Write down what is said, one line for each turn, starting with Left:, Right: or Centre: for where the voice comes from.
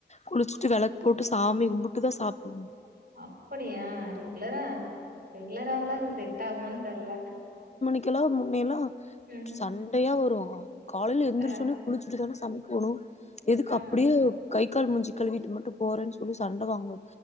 Left: குளிச்சிட்டு வெளக்கு போட்டு சாமி கும்புட்டு தா சாப்டணு
Right: அப்புடியா ரெகுலரா லராவுலா அது செட் டாவுமான் தெர்ல
Left: க்கெல்லா முன்னையெல்லா
Right: ம்
Left: சண்டையா வரு அ காலைல எந்துரிச்சோனே
Right: அ
Left: குளிச்சிட்டு தான தமிக்கோணு இதுக்
Right: அ
Left: அப்புடியோ கை கல் மூஞ்சி கழுவிட்டு மட்டு போறேன் சொல்லி சண்ட வாங்வ